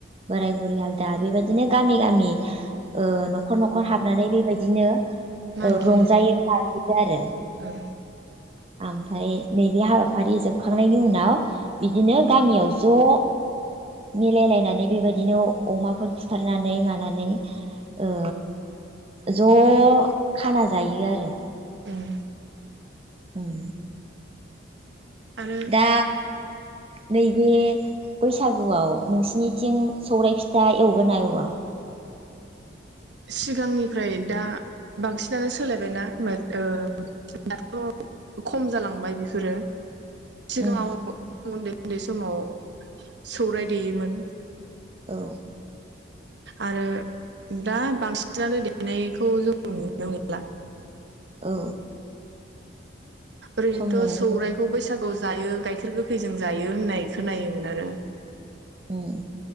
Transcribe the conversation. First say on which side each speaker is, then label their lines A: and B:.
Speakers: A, on the right (about 30°); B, on the right (about 65°).
A: बोराय बुरै आलदा बेबायदिनो गामि गामि ओ नखर नखर हाब नानै बेबायदिनो
B: मागियो
A: ओ रंजायो
B: जों
A: बाजायो आरो
B: औ
A: ओमफ्राय नैबे हाबाफारि जोबखांनायनि उनाव बिदिनो गामियाव ज मिलायलायनानै बेबायदिनो अमाफोर फुथारनानै मानानै ओ ज खाना जायो आरो
B: उम
A: उम
B: आरो
A: दा नैबे बैसागुआव नोंसिनिथिं सौराइ फिथा एवगोना एवा?
B: सिगांनिफ्राय दा बांसिनानो सोलायबायना ओ दाथ खम जालांबाय बेफोरो सिगाङाव
A: उम
B: <unintelligible> उन्दै समाव सौराय देयोमोन
A: औ
B: आरो दा बांसिनानो देनायखौ जों नुनो मोनला
A: औ
B: ओरैनोथ
A: समजों
B: सौरायाइखौ
A: लोगोसे
B: बैसागुआव जायो गाय खेर गोखैजों जायो होननाय खोनायोमोन आरो
A: उम